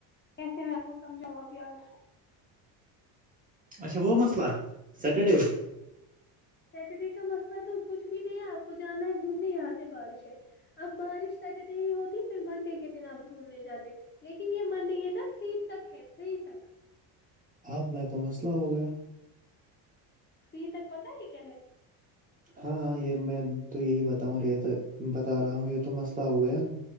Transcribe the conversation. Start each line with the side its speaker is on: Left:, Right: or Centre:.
Left: ایسے میں آ کو سمجھوںں اب یار
Right: اچا وہ مسئلہ سیٹرڈے
Left: سٹرجی کا مسئلہ تو کچھ بھی نہیں ہے آپ کو جانا ہے گھومنے یہاں سے بارش ہے اب بارش ہوتی پھر منڈے دن آپ گھومنے جاتے لیکن یہ منڈے یہ تھا تھری تک ہے تھری تک
Right: بد میں تو مسئلہ ہو گیا
Left: فری تک پتا ہے کیا ہے
Right: ہاں ہاں یہ میں تو یہی بتاؤں ریت بتا رہا ہوں یہ تو مسئلہ ہو گیا